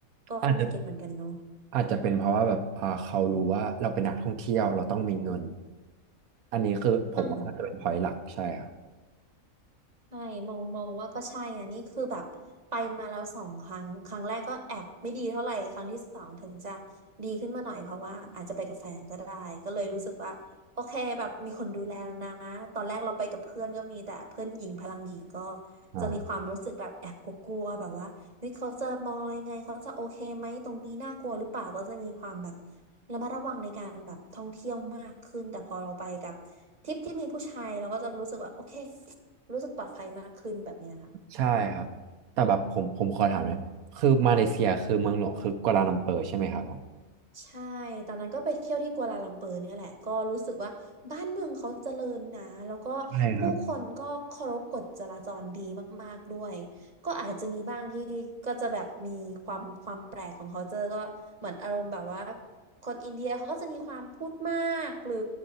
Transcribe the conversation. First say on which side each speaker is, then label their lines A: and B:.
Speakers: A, on the right; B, on the right.
A: ก็ไม่เก็ตเหมือนกันเนาะ
B: อาจจะอาจจะเป็นเพราะว่าแบบอ่าเขารู้ว่าเราเป็นนักท่องเที่ยวเราต้องมีเงินอันนี้คือผมว่าน่าจะเป็น
A: อืม
B: point หลักใช่ครับ
A: ใช่มอง มองว่าก็ใช่อ่ะนี่คือแบบไปมาแล้วสองครั้ง ครั้งแรกก็แอบไม่ดีเท่าไหร่ครั้งที่สองถึงจะ ดีขึ้นมาหน่อย เพราะว่า อาจจะไปกับแฟนก็ได้ ก็เลยรู้สึกว่า โอเค แบบ มีคนดูแลแล้วนะ ตอนแรกเราไปกับเพื่อนก็มี แต่เพื่อนหญิง พลังหญิงก็
B: อ่า
A: จะมีความรู้สึกแบบแอบกลัวๆแบบว่าเฮ้ยเขาจะมองเรายังไงเขาจะโอเคไหมตรงนี้น่ากลัวหรือเปล่าก็จะมีความแบบระมัดระวังในการแบบท่องเที่ยวมากขึ้นแต่พอเราไปกับทริปที่มีผู้ชายเราก็จะรู้สึกว่าโอเค รู้สึกปลอดภัยมากขึ้นแบบเนี้ยค่ะ
B: ใช่ครับแต่แบบผมผมขอถามเนี่อยคือมาเลเซียคือเมืองหลวงคือกวาลาลัมเปอร์ใช่ไหมครับผม
A: ใช่ ตอนนั้นก็ไปเที่ยวที่กัวลาลัมเปอร์เนี่ยแหละก็รู้สึกว่าบ้านเมืองเขาเจริญนะแล้วก็ผู้คนก็เคารพกฎจราจรดีมากๆด้วยก็อาจจะมีบ้างที่ก็จะแบบมีความความแปลกของเขาเจอก็เหมือนอารมณ์แบบว่า
B: ใช่ครับ
A: คนอินเดียเขาก็จะมีความพูดมากหรือ